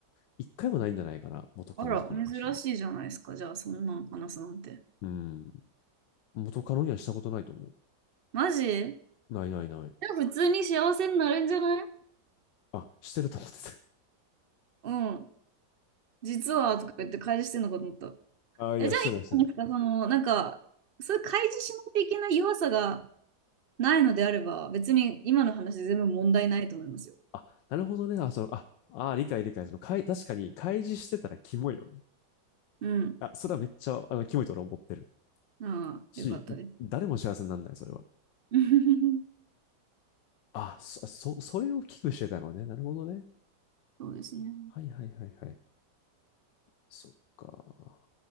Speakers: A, on the left; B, on the right.
A: 一回もないんじゃないかな。元カノとかに関しては。
B: あら、珍しいじゃないですか。じゃあ、そんなん話すなんて。
A: うん。元カノにはしたことないと思
B: マジじ
A: う。ないないない。
B: ゃあ、普通に幸せになるんじゃない
A: あ、してると思って
B: うん。実は、とか言って開示してんのかと思った。
A: た。<laughs> あ、いや、
B: え、じゃあいいじゃないですか、
A: してないしてない。
B: その、なんか、そういう開示しないといけない弱さがないのであれば、別に今の話全部問題ないと思いますよ。
A: あ、なるほどね。あ、その、あ、あ、理解理解。その、かい、確かに、開示してたらキモいよね。
B: うん。
A: あ、それはめっちゃ、あの、キモいと俺思ってる。
B: ああ、
A: し、
B: よかったです。
A: 誰も幸せにならない、それは。
B: <laughs>
A: あ、そ、そ、それを危惧してたのね。なるほどね。
B: そうですね。
A: はいはいはいはい。そっか。